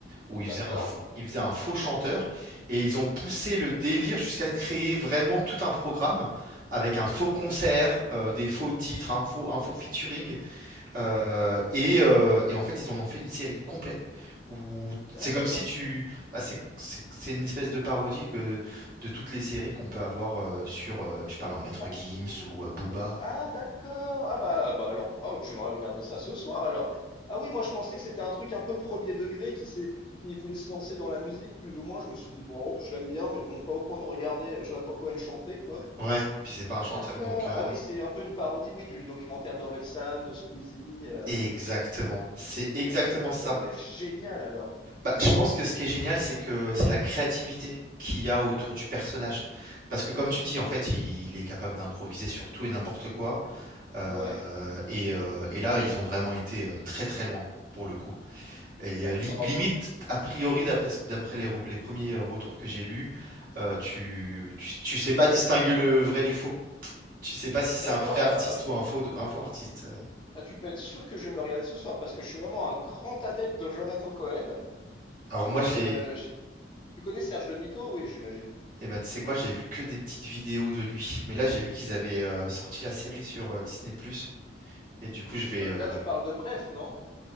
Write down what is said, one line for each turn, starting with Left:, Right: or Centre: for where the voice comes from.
Right: où il faisait
Left: D'accord.
Right: un f il faisait un faux chanteur et ils ont poussé le délire jusqu'à créer vraiment tout un programme avec un faux concert, heu, des faux titres, un faux un faux featuring. Heu et heu et en fait, ils en ont fait une série complète où
Left: D'accord.
Right: c'est comme si tu bah, c'est c'est c'est une espèce de parodie que de toutes les séries qu'on peut avoir, heu, sur, heu, je sais pas moi, Maître
Left: Ah,
Right: Gims ou, heu, Booba.
Left: d'ac- ah, d'accord. Ah bah, ah, bah alors, oh, j'aimerais regarder ça ce soir alors. Ah oui, moi je pensais que c'était un truc un peu premier degré qui s'est, qui voulait se lancer dans la musique plus ou moins. Je me suis dit bon, je l'aime bien, mais bon, pas au point de regarder euh, Jonathan Cohen chanter quoi.
Right: Ouais, puis c'est pas un chanteur
Left: D'accord.
Right: donc heu
Left: Ah oui, c'est un peu une parodie, oui, du documentaire d'Orelsan, de Squeezie. euh.
Right: exactement, c'est exactement
Left: Ah mais ça peut,
Right: ça.
Left: ça doit être génial alors.
Right: Bah, je pense que ce qui est génial, c'est que c'est la créativité qu'il y a autour du personnage. Parce que comme tu dis, en fait, il il est capable d'improviser sur tout et n'importe quoi. Heu
Left: Ouais,
Right: et heu et là, ils ont vraiment été, heu, très, très loin, pour le coup et
Left: d'accord.
Right: heu, li
Left: Ah
Right: limite,
Left: bah,
Right: a priori, d'après ce d'après les re les premiers, heu, retours que j'ai lus, heu, tu tu tu sais pas distinguer le vrai du faux. Tu sais pas si
Left: d'accord.
Right: c'est un Ouais. vrai artiste
Left: Ah bah, euh,
Right: ou un faux un faux artiste, heu.
Left: ah tu peux être sûr que je vais me le regarder ce soir parce que je suis vraiment un grand adepte de Jonathan Cohen.
Right: Alors moi,
Left: Donc,
Right: je l'ai
Left: euh, je- tu connais Serge le Mytho, oui, j'imagine.
Right: eh ben, tu sais quoi? J'ai vu que des petites vidéos de lui, mais là, j'ai vu qu'ils avaient, heu, sorti la série sur, heu, Disney+ et du coup, je vais,
Left: Euh,
Right: heu
Left: là, tu parles de Bref, non?